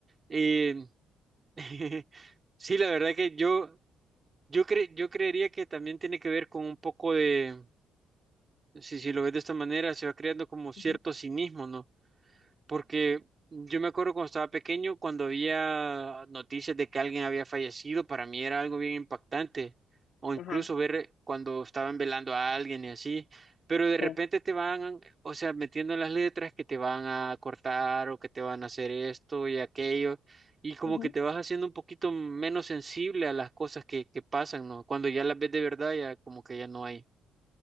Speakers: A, on the right; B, on the left.
A: Eh, <laughs> sí, la verdad que yo, yo, cre- yo creería que también tiene que ver con un poco de, si, si lo ves de esta manera, se va creando como cierto
B: Ujú.
A: cinismo, ¿no? Porque yo me acuerdo cuando estaba pequeño, cuando había noticias de que alguien había fallecido, para mí era algo bien impactante. O incluso
B: Ajá,
A: ver cuando estaban velando a alguien y así. Pero de repente
B: sí.
A: te van, o sea, metiendo en las letras que te van a cortar o que te van a hacer esto y aquello. Y como
B: Ujú.
A: que te vas haciendo un poquito menos sensible a las cosas que, que pasan, ¿no? Cuando ya las ves de verdad, ya como que ya no hay.